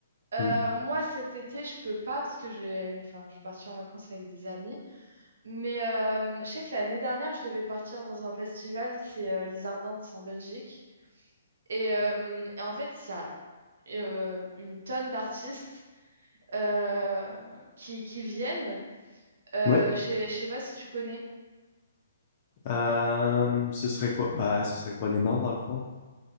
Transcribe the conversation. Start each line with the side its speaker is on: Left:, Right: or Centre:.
Right: Euh,
Left: Mm.
Right: moi, cet été, je peux pas parce que j'ai, enfin, je vais partir en vacances avec des amis. Mais euh, je sais que l'année dernière, je devais partir dans un festival, c'est euh, Les Ardentes c'est en Belgique. Et, euh, et en fait, ça euh, une tonne d'artistes euh, qui, qui viennent. Euh,
Left: Oui.
Right: je sais je sais pas si tu connais.
Left: Euh, ce serait quoi? Bah, ce serait quoi les noms, dans le fond?